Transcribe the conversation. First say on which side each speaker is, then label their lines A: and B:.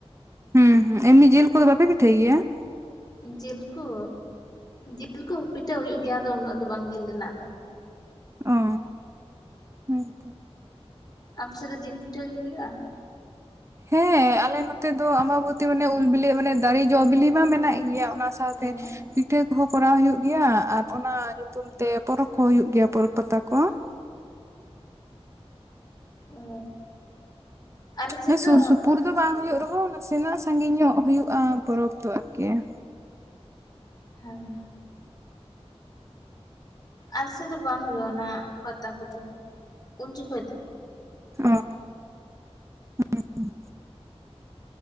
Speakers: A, on the right; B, on the left.
A: ᱦᱩᱸ ᱦᱩᱸ ᱮᱢᱱᱤ ᱡᱤᱞ ᱠᱚᱫᱚ ᱵᱟᱯᱮ ᱯᱤᱴᱷᱟᱹᱭ ᱜᱮᱭᱟ ᱾
B: ᱡᱤᱞᱠᱩ ᱡᱤᱞᱠᱩ ᱯᱤᱴᱷᱟᱹ ᱦᱩᱭᱩᱜ ᱜᱮᱭᱟ ᱟᱫᱚ ᱩᱱᱟᱹᱜ ᱫᱚ ᱵᱟᱝ ᱡᱤᱞ ᱨᱮᱱᱟᱜ ᱫᱚ ᱾
A: ᱚ ᱦᱮᱸ ᱛᱚ ᱾
B: ᱟᱢ ᱥᱮᱫ ᱫᱚ ᱡᱤᱞ ᱯᱤᱴᱷᱟᱹ ᱜᱮ ᱦᱩᱭᱩᱜᱼᱟ ᱾
A: ᱦᱮᱸ ᱟᱞᱮ ᱱᱚᱛᱮ ᱫᱚ ᱟᱢᱵᱟᱵᱚᱛᱤ ᱢᱟᱱᱮ ᱩᱞ ᱵᱤᱞᱤ ᱢᱟᱱᱮ ᱫᱟᱨᱮ ᱡᱚ ᱵᱤᱞᱤ ᱢᱟ ᱢᱮᱱᱟᱜ ᱜᱮᱭᱟ ᱾ ᱚᱱᱟ ᱥᱟᱶᱛᱮ
B: ᱦᱮᱸ
A: ᱯᱤᱴᱷᱟᱹ ᱠᱚᱦᱚᱸ ᱠᱚᱨᱟᱣ ᱦᱩᱭᱩᱜ ᱾ ᱜᱮᱭᱟ ᱟᱨ ᱚᱱᱟ ᱧᱩᱛᱩᱢ ᱛᱮ ᱯᱚᱨᱚᱵᱽ ᱠᱚ ᱦᱩᱭᱩᱜ ᱜᱮᱭᱟ ᱯᱚᱨᱚᱵᱽ ᱯᱟᱛᱟ ᱠᱚ ᱾
B: ᱚ ᱟᱞᱮ ᱥᱮᱫ
A: ᱢᱟᱱᱮ
B: ᱫᱚ
A: ᱥᱩᱨ ᱥᱩᱯᱩᱨ ᱫᱚ ᱵᱟᱝ ᱦᱩᱭᱩᱜ ᱨᱮᱦᱚᱸ ᱱᱟᱥᱮᱱᱟᱜ ᱥᱟᱺᱜᱤᱧ ᱧᱚᱜ ᱦᱩᱭᱩᱜᱼᱟ ᱯᱚᱨᱚᱵᱽ ᱫᱚ ᱟᱨᱠᱤ ᱾
B: ᱨᱮ ᱦᱮᱸ ᱾ ᱟᱨ ᱥᱮᱫ ᱫᱚ ᱵᱟᱝ ᱦᱩᱭᱩᱜᱼᱟ ᱚᱱᱟ ᱯᱟᱛᱟ ᱠᱚᱫᱚ ᱩᱱ ᱡᱚᱠᱷᱚᱱ ᱫᱚ ᱾
A: ᱚ ᱦᱮᱸ ᱾